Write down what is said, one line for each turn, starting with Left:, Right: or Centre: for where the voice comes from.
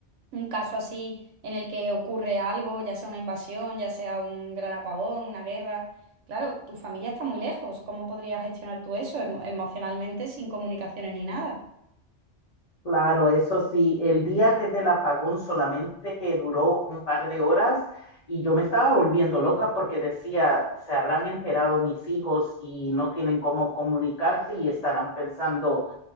Right: un caso así en el que ocurre algo, ya sea una invasión, ya sea un gran apagón, una guerra. Claro, tu familia está muy lejos. ¿Cómo podrías gestionar tú eso emo- emocionalmente sin comunicaciones ni nada?
Left: Claro, eso sí, el día que del apagón solamente que duró un par de horas y yo me estaba volviendo loca porque decía, se habrán enterado mis hijos y no tienen cómo comunicarse y estarán pensando,